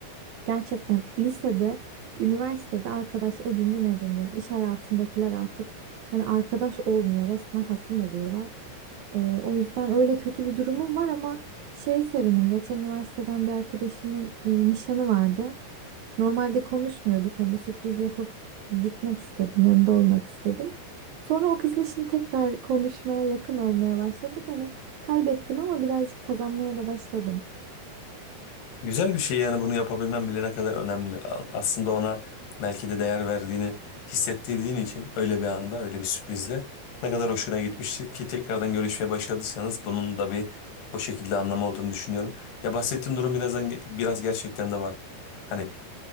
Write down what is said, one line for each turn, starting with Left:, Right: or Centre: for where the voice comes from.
Right: Gerçekten lisede, üniversitede arkadaş edindin edindin. İş hayatındakiler artık hani arkadaş olmuyor. Resmen hasım oluyorlar. Ee, o yüzden öyle kötü bir durumum var ama şeye sevindim. Geçen üniversiteden bir arkadaşımın e, nişanı vardı. Normalde konuşmuyorduk hani sürpriz yapıp gitmek istedim, yanında olmak istedim. Sonra o kızla şimdi tekrar konuşmaya yakın olmaya başladık. Hani kaybettim ama birazcık kazanmaya da başladım.
Left: Güzel bir şey yani bunu yapabilmen bile ne kadar önemli. Aslında ona belki de değer verdiğini hissettirdiğin için öyle bir anda öyle bir sürprizle ne kadar hoşuna gitmiştir ki tekrardan görüşmeye başladıysanız bunun da bir o şekilde anlamı olduğunu düşünüyorum. Ya bahsettiğim durum birazdan biraz gerçekten de var. Hani